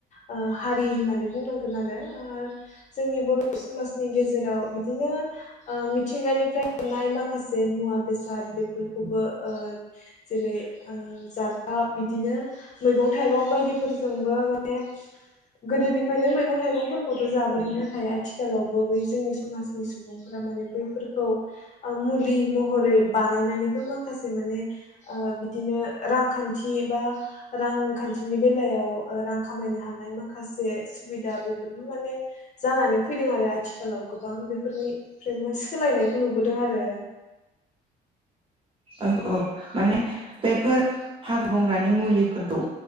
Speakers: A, on the left; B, on the right.
A: ओ हारि होननानै बुंनांगोन आरो ओ जोंनि बर' समाजनि गेजेराव बिदिनो ओ मिथिंगानिफ्राय मोननाय माखासे मुवा बेसाद बेफोरखौबो ओ जेरै ओ जाग गा बिदिनो मैगं थाइगं बायदिफोरजोंबो माने गोदोनिफ्रायनो मैगं थाइगंफोरखौथ' जाबोदों नाथाय आथिखालावबो बै जोंनि समाजनि सुबुंफोरा माने बैफोरखौ ओ मुलि महरै बानायनानैबो माखासे माने ओ बिदिनो रांखान्थ थिबा रांखान्थि बिनि बेलायाव रां खामायनो हानाय माखासे सुबिदा बेफोरनो माने जानानै फैदों आरो आथिखालाव गोबां बेफोरनि फ्राय मोस सोलायनायखौ नुबुदों आरो
B: औ औ माने बेफोर हाग्रा बंग्रानि मुलिफोरखौ